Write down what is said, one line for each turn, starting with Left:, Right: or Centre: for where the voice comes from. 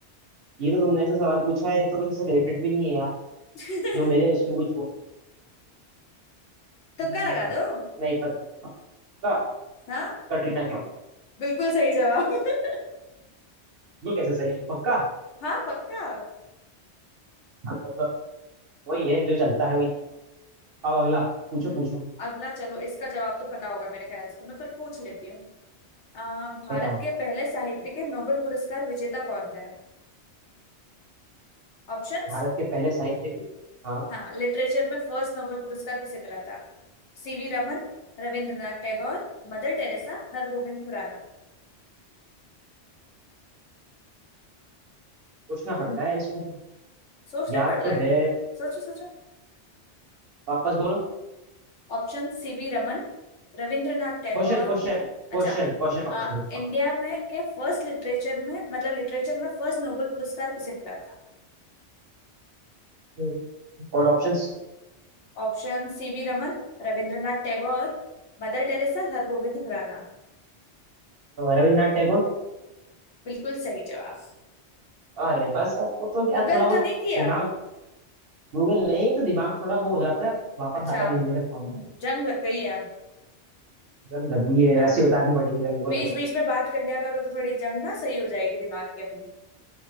Right: ये तो तुमने ऐसे सवाल पूछा है ये तो किसी से रिलेटेड भी नहीं है यार
Left: <laughs>
Right: जो मेरे उसमें कुछ हो
Left: तुक्का
Right: हम्म,
Left: लगा दो
Right: नहीं पता पक्का
Left: हाँ
Right: कटरीना कैफ
Left: बिल्कुल सही जवाब <laughs>
Right: ये कैसे सही है? पक्का हाँ,
Left: हाँ पक्का
Right: मतलब वही है जो चलता है वही अब अगला पूछो
Left: हम्म
Right: पूछो
Left: अगला चलो इसका जवाब तो पता होगा मेरे ख्याल से तुम्हें पर पूछ लेती हूँ आ, भारत
Right: बताओ
Left: के पहले साहित्य के नोबेल पुरस्कार विजेता कौन है ऑप्शन
Right: भारत के पहले साहित्य के हाँ
Left: हाँ लिटरेचर में फर्स्ट नोबेल पुरस्कार किसे मिला था CV Raman Rabindranath Tagore Mother Teresa Hargobind Khorana
Right: पूछना पड़ता है इसमें तो
Left: सोचना
Right: याद
Left: पड़ रहा
Right: तो
Left: है
Right: है
Left: सोचो सोचो
Right: वापस बोलो
Left: Option CV Raman Rabindranath Tagore
Right: क्वेश्चन क्वेश्चन
Left: अच्छा
Right: क्वेश्चन क्वेश्चन
Left: आ,
Right: वापस बोलो
Left: इंडिया में के फर्स्ट लिटरेचर में मतलब लिटरेचर में फर्स्ट नोबेल पुरस्कार किसे मिला था
Right: हम्म, और ऑप्शंस
Left: Option CV Raman Rabindranath Tagore Mother Teresa Hargobind Khorana
Right: रविन्द्रनाथ टैगोर
Left: बिल्कुल सही जवाब
Right: अरे बस अब वो तो क्या
Left: गूगल
Right: थोड़ा बहुत
Left: तो नहीं किया
Right: दिमाग गूगल नहीं है तो दिमाग थोड़ा वो हो जाता है वापस
Left: अच्छा
Right: आ रहा है धीरे
Left: हम्म,
Right: धीरे फॉर्म
Left: जंग लग गई है
Right: जंग लग गई है
Left: हाँ
Right: ऐसी उतारनी पड़ेगी जंग को लग
Left: बीच
Right: रहा
Left: बीच में बात कर लिया करो तो थोड़ी जंग ना सही हो जाएगी दिमाग की अपनी